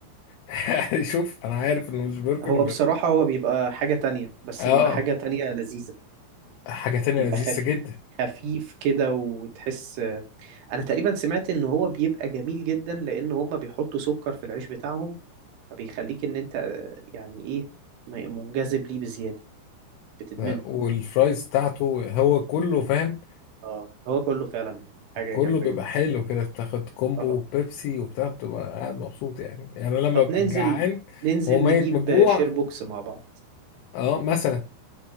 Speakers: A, on the left; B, on the right.
A: <laughs> يعني شوف انا عارف انه مش برجر
B: هو
A: بس
B: بصراحة هو بيبقى حاجة تانية بس
A: اه
B: بيبقى حاجة تانية لذيذة
A: حاجه تانية
B: بيبقى
A: لذيذه
B: خفيف
A: جدا
B: خفيف كده وتحس انا تقريبا سمعت ان هو بيبقى جميل جدا لان هما بيحطوا سكر في العيش بتاعهم فبيخليك ان انت آه، يعني ايه ما- منجذب ليه بزيادة بتدمنه
A: لا، والفرايز بتاعته هو كله فاهم
B: اه هو كله فعلا حاجة
A: كله
B: جامدة
A: بيبقى
B: جدا
A: حلو كده بتاخد كومبو
B: اه
A: وبيبسي وبتاع بتبقى قاعد مبسوط يعني يعني أنا لما
B: طب
A: ببقى
B: ننزل
A: جعان
B: ننزل
A: وهو ميت
B: نجيب
A: من الجوع
B: شير بوكس مع بعض
A: اه مثلا